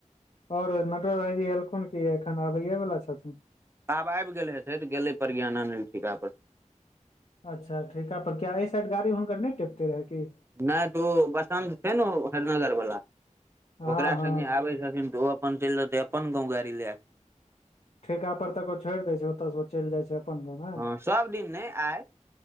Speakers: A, on the left; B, on the right.
A: और नटवर भाईजी एलखुन कि एखन आबैयए वला छथून
B: आब आइब गेल हेतै तऽ गेले प्रज्ञान आनैलेल ठीका परसे
A: अच्छा ठीका पर किया ऐ साइड गाड़ी हुनकर नय टिपते रहै कि
B: नय तऽ ओ बसन्त छैय ने हेरनगर वला
A: हँ
B: ओकरा
A: हँ
B: संगे आबै छथिन तऽ ओ वसंत चेल जतय अपन गांव गाड़ी लैके
A: ठीका पर तक ओ छोइड़ दै छै ओतऽसँ ओ चइल जाइ छै अपन गाँव ने
B: हँ सभ दिन नय आइ